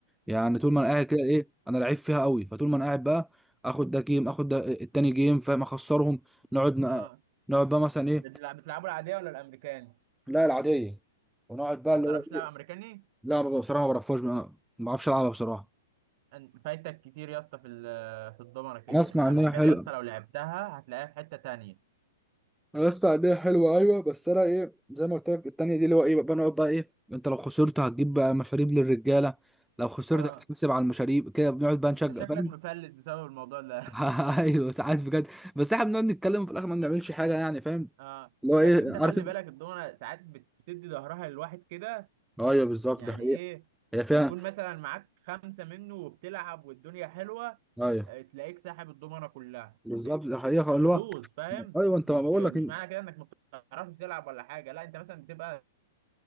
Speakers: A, in the centre; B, on the right (about 50°).
A: يعني طول ما انا قاعد كده ايه انا لعيب فيها قوي فطول ما انا قاعد بقى اخد ده جيم اخد ده التاني جيم فاهم اخسرهم نقعد
B: اه
A: نقعد بقى مثلا ايه
B: بتلع- بتلعبوا العادية ولا الامريكاني؟
A: لا العادية ونقعد بقى
B: ما
A: اللي
B: بتعرفش
A: هو
B: تلعب
A: إيه؟
B: امريكاني؟
A: لا ب- بصراحة ما بعرفهاش ما ما بعرفش ألعبها بصراحة
B: أن- فايتك كتير يا اسطى في ال- في الضمنه كده
A: أنا أسمع
B: الامريكان
A: إنها حلوة
B: يا اسطى لو لعبتها هتلاقيها في حته تانية
A: أنا أسمع إنها حلوة أيوة بس أنا إيه زي ما قلت لك التانية دي اللي هو إيه بقى بنقعد بقى إيه أنت لو خسرت هتجيب بقى مشاريب للرجالة لو خسرت
B: اه
A: هتحسب على المشاريب كده بنقعد بقى نشجع
B: انت شكلك
A: فاهم
B: مفلس بسبب الموضوع ده
A: <laughs> أيوة ساعات بجد بس إحنا بنقعد نتكلم في الآخر ما بنعملش حاجة يعني فاهم
B: <laughs> اه
A: اللي هو إيه
B: بس انت خلي
A: عارف أنت
B: بالك الضمنه ساعات بت- بتدي ظهرها للواحد كده
A: أيوة بالظبط
B: يعني
A: ده حقيقة
B: ايه
A: هي فيها
B: يكون مثلا معاك خمسه منه وبتلعب والدنيا حلوه
A: أيوة
B: آه، تلاقيك ساحب الضمنه كلها
A: بالظبط
B: د-
A: ده حقيقة
B: حظوظ
A: اللي هو
B: فاهم
A: أيوة أنت
B: مش
A: ما بقول
B: مش
A: لك إن-
B: معنى كده انك ما بتعرفش تلعب ولا حاجه لا انت مثلا بتبقى